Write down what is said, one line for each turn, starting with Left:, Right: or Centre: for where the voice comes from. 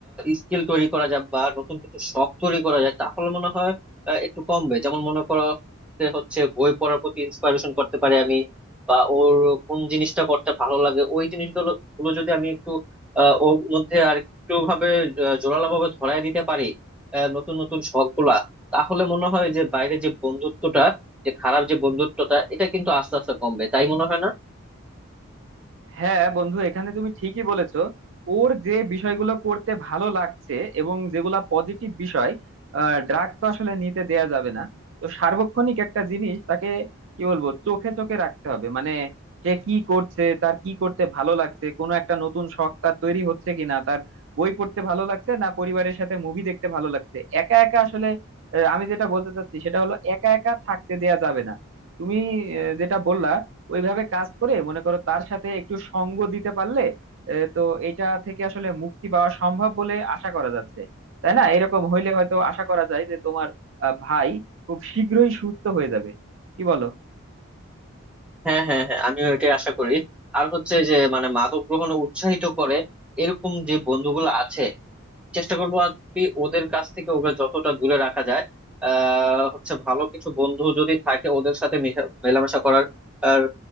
Centre: স্কিল তৈরি করা যায় বা নতুন কিছু শখ তৈরি করা যায় তাহলে মনে হয় আহ, একটু কমবে যেমন মনে করো যে হচ্ছে বই পড়ার প্রতি ইন্সপায়ারেশন করতে পারি আমি বা ওর কোন জিনিসটা করতে ভালো লাগে ওই জিনিসগুলো গুলো যদি আমি একটু আহ, ওর মধ্যে আর একটু ভাবে জোরালো ভাবে ধরায় দিতে পারি আহ, নতুন নতুন শখ গুলা তাহলে মনে হয় যে বাইরে যে বন্ধুত্বটা যে খারাপ যে বন্ধুত্বটা এটা কিন্তু আস্তে আস্তে কমবে তাই মনে হয় না
Right: হ্যাঁ বন্ধু এখানে তুমি ঠিকই বলেছো ওর যে বিষয়গুলো করতে ভালো লাগছে এবং যেগুলা পজিটিভ বিষয় ড্রাগ তো আসলে নিতে দেয়া যাবে না তো সার্বক্ষণিক একটা জিনিস তাকে কি বলবো চোখে চোখে রাখতে হবে মানে সে কি করছে তার কি করতে ভালো লাগছে কোনো একটা নতুন শখ তার তৈরি হচ্ছে কিনা তার বই পড়তে ভালো লাগছে না পরিবারের সাথে মুভি দেখতে ভালো লাগছে একা একা আসলে আহ, আমি যেটা বলতে চাচ্ছি সেটা হলো একা একা থাকতে দেয়া যাবে না তুমি আহ, যেটা বললা ওইভাবে কাজ করে মনে করো তার সাথে একটু সঙ্গ দিতে পারলে আহ, তো এটা থেকে আসলে মুক্তি পাওয়া সম্ভব বলে আশা করা যাচ্ছে তাই না এরকম হইলে হয়তো আশা করা যায় যে তোমার আহ, ভাই খুব শীঘ্রই সুস্থ হয়ে যাবে কি বলো
Centre: হ্যাঁ হ্যাঁ হ্যাঁ আমিও এটাই আশা করি আর হচ্ছে যে মানে মাদক গ্রহণে উৎসাহিত করে এরকম যে বন্ধুগুলো আছে চেষ্টা করবো আর কি ওদের কাছ থেকে ওকে যতটা দূরে রাখা যায় আহ হচ্ছে ভালো কিছু বন্ধু যদি থাকে ওদের সাথে মেশা- মেলামেশা করার আর